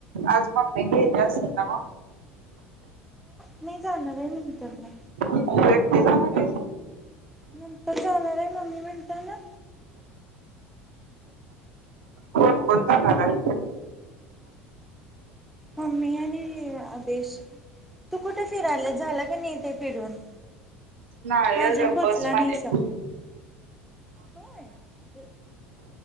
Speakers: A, on the right (about 70°); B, in the centre.
A: अज म मग
B: नाही जाणार आहे म्हणता ना
A: तू एकटी जाणार आहेस
B: नंतर जाणार आहे मम्मी म्हणताना
A: कोण कोण जाणार आहे
B: मम्मी आणि आदेश तू कुठे फिरायला झाला क नाही ते फिरून
A: नाही
B: का
A: एकदम
B: अजून पोहोचला
A: बस मध्येत
B: नाहीसा. होय